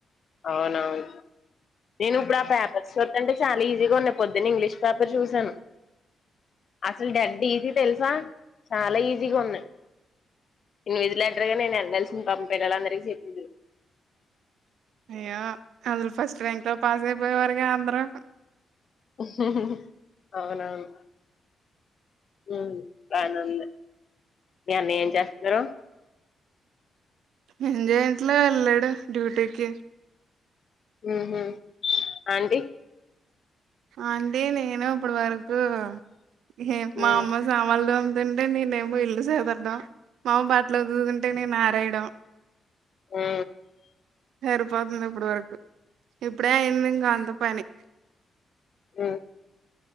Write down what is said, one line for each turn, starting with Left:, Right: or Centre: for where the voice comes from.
Left: అవునవును నేను ఇప్పుడు ఆ పేపర్స్ చట్ట అంటే చాలా ఈజీగా ఉన్నాయి పొద్దున్న ఇంగ్లీష్ పేపర్ చూసాను అసలు డడ్ ఈజీ తెలుసా చాలా ఈజీగా ఉన్నాయి ఇన్విలేటరుగా నేను వెళ్ళల్సింది పాపం పిల్లలందరిక చెప్పిదురు
Right: యా అందరు ఫస్ట్ ట్రెంక్ లో పాస్ అయిపోయేవారుగా అందరు
Left: ఊహుహ్మ్ అవునవును ఉమ్ బనే వుంది మీ అన్నయ్య ఏం చేస్తరు
Right: ఎంజాయట్ల ఎళ్ళాడు డ్యూటీకి
Left: ఊహ్మ్ ఆంటీ
Right: ఆంటీ నేను ఇపుడు వర్కు అహ్ మా
Left: ఉమ్
Right: అమ్మ సామాన్లు తో తుంటే నేనేమో ఇల్లు సదరడం మాఅమ్మ బటలుదుదుంటే నేను ఆరేయడం అ
Left: ఆ
Right: సరిపోతుంది ఇప్పుడు వరకు ఇప్పుడే అయింది ఇంకా అంత పని
Left: ఊ